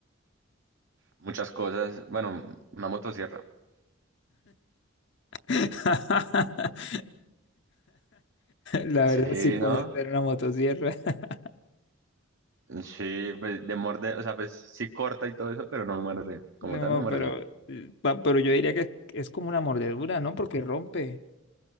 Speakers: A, on the right (about 65°); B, on the left (about 60°).
A: muchas cosas. Bueno, una motosierra.
B: <laughs> La
A: Sí,
B: verdad, sí puede
A: ¿no?
B: ser una motosierra. <laughs>
A: Sí, pues, de morder, o sea, pues sí corta y todo eso, pero no muerde. Como
B: No,
A: tal, no muerde.
B: pero, eh, pa- pero yo diría que es como una mordedura, ¿no? Porque rompe.